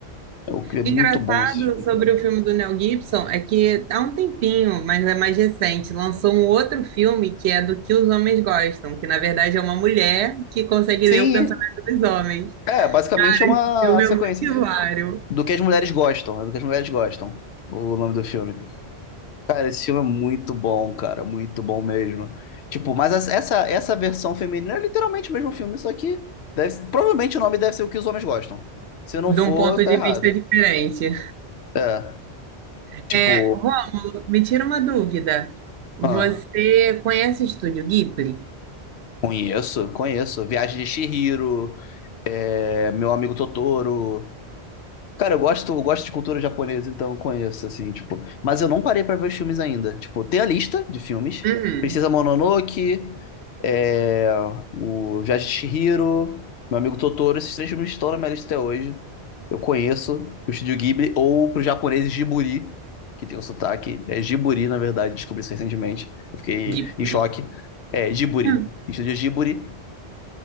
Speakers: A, on the left; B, on the right.
A: É o que- é muito
B: Engraçado
A: bom esse filme,
B: sobre
A: cara.
B: o filme do Mel Gibson é que há um tempinho, mas é mais recente, lançou um outro filme que é do que os homens gostam, que na verdade é uma mulher que consegue
A: Sim,
B: ler o pensamento dos homens.
A: é, basicamente é uma
B: O filme
A: sequência
B: é muito hilário,
A: do que as mulheres gostam, é do que as mulheres gostam, o nome do filme. Cara, esse filme é muito bom, cara, muito bom mesmo. Tipo, mas as- essa essa versão feminina é literalmente o mesmo filme, só que deve- provavelmente o nome deve ser o que os homens gostam. Se não
B: de
A: for,
B: um ponto
A: tá
B: de
A: errado.
B: vista diferente.
A: É.
B: É,
A: Tipo,
B: Rômulo, me tira uma dúvida. Você
A: ah,
B: conhece o estúdio Ghibli?
A: conheço, conheço. Viagem de Chihiro, é, Meu Amigo Totoro, Cara, eu gosto, eu gosto de cultura japonesa, então eu conheço, assim, tipo. Mas eu não parei pra ver os filmes ainda. Tipo, tem a lista de filmes.
B: Uhum,
A: Princesa Mononoke, é, o Viagem de Chihiro, Meu Amigo Totoro. Esses três filmes estão na minha lista até hoje. Eu conheço o Estúdio Ghibli, ou pro japonês Jiburi, que tem um sotaque. É Jiburi, na verdade, descobri isso recentemente. Eu fiquei
B: Ghibli.
A: em choque. É, Jiburi.
B: Hum.
A: Estúdio Jiburi.